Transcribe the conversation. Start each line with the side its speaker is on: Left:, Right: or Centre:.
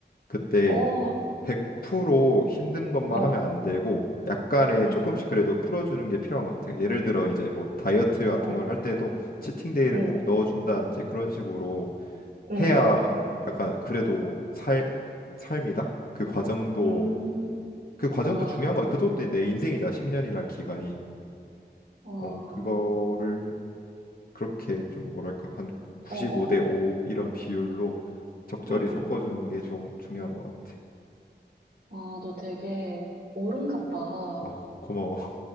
Left: 그때
Right: 어,
Left: 100% 힘든 것만
Right: 어,
Left: 하면 안 되고 약간의
Right: 응,
Left: 조금씩 그래도 풀어주는 게 필요한 것 같아. 예를 들어 이제 뭐 다이어트 같은
Right: 어,
Left: 걸 할 때도 치팅 데이를
Right: 응,
Left: 꼭 넣어준다든지 그런 식으로
Right: 응,
Left: 해야
Right: 응.
Left: 약간 그래도 살 삶이다. 그 과정도
Right: 응. 음,
Left: 그 과정도
Right: 와.
Left: 중요한 거야. 그것도 내 인생이자 10년이란 기간이.
Right: 와,
Left: 어, 그거를 그렇게 좀 뭐랄까 한 95대
Right: 어어어,
Left: 5 이런 비율로 적절히
Right: 응응.
Left: 섞어주는 게 좀 중요한 것 같아.
Right: 아, 너 되게 어른 같다.
Left: 어, 고마워.